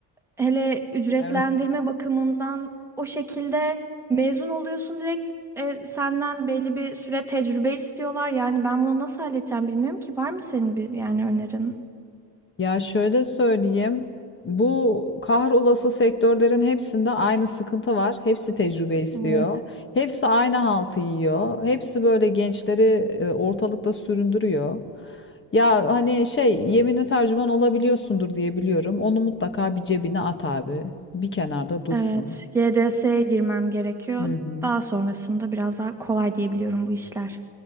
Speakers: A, in the centre; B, on the left.
A: hele ücretlendirme
B: Evet.
A: bakımından o şekilde mezun oluyorsun direkt e, senden belli bir süre tecrübe istiyorlar. Yani ben bunu nasıl halledeceğim bilmiyorum ki. Var mı senin bir yani önerin?
B: Ya şöyle söyleyeyim. Bu kahrolası sektörlerin hepsinde aynı sıkıntı var. Hepsi tecrübe istiyor.
A: Evet,
B: Hepsi aynı haltı yiyor. Hepsi böyle gençleri e, ortalıkta süründürüyor. Ya hani şey yeminli tercüman olabiliyorsundur diye biliyorum. Onu mutlaka bir cebine at abi. Bir kenarda dursun.
A: evet. GDS'ye girmem gerekiyor.
B: Hı hı.
A: Daha sonrasında biraz daha kolay diyebiliyorum bu işler.